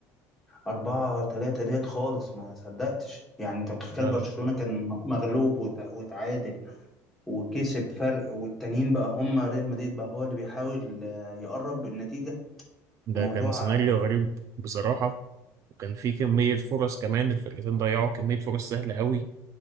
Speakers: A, in the centre; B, on the right (about 45°).
A: أربعة تلاتة ديت خالص ما صدقتش يعني أنت متخيل
B: لا
A: برشلونة
B: لا
A: كان م- مغلوب وت- وتعادل وكسب فرق والتانيين بقى هم ريال مدريد بقى هو اللي بيحاول آه، يقرب النتيجة
B: ده
A: موضوع
B: كان سيناريو
A: آه،
B: غريب بصراحه وكان في كميه فرص كمان الفرقتين ضيعوا كميه فرص سهله قوي